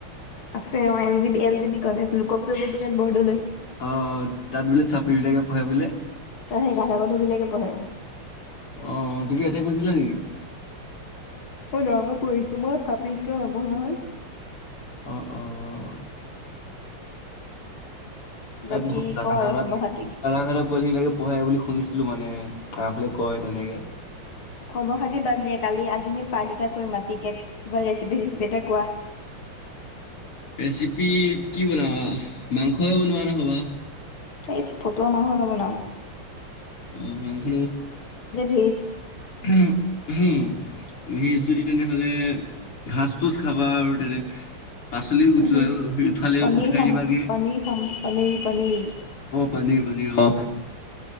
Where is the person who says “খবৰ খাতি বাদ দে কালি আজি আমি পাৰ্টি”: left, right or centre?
Left